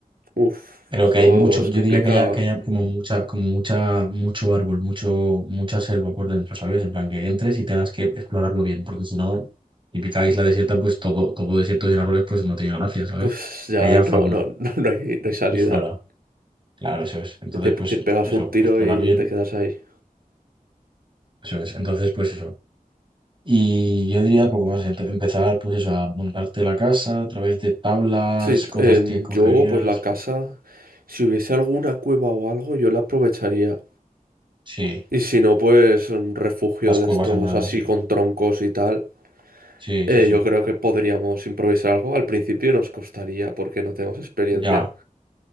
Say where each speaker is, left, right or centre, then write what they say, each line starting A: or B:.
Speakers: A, on the right; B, on the right.
A: Uf,
B: pero
A: eso
B: que hay mucho,
A: es
B: yo
A: complicado.
B: diría que haya, que
A: ¿eh?
B: haya como mucha, como mucha, mucho árbol, mucho, mucha selva por dentro, ¿sabes? En plan que entres y tengas que explorarlo bien, porque si no, típica isla desierta, pues todo, todo desierto sin árboles, pues no tiene gracia, ¿sabes?
A: Pues ya
B: Que haya
A: no,
B: fauna
A: no, <laughs> no, hay, no hay salida.
B: y flora, claro, eso es. Entonces,
A: Te, te
B: pues
A: pegas
B: eso,
A: un tiro
B: explorar
A: y
B: bien,
A: te quedas ahí.
B: eso es. Entonces, pues eso. Y yo diría poco más, ent- empezar, pues eso, a montarte la casa a través de tablas,
A: Sí,
B: cosas
A: em,
B: que cogerías.
A: yo pues la casa, si hubiese alguna cueva o algo, yo la aprovecharía.
B: Sí,
A: Y si no, pues un refugio
B: las cuevas
A: de estos
B: en verdad,
A: así
B: sí.
A: con troncos y tal.
B: Sí,
A: Eh,
B: sí, sí.
A: yo creo que podríamos improvisar algo. Al principio nos costaría porque no tenemos experiencia.
B: Ya.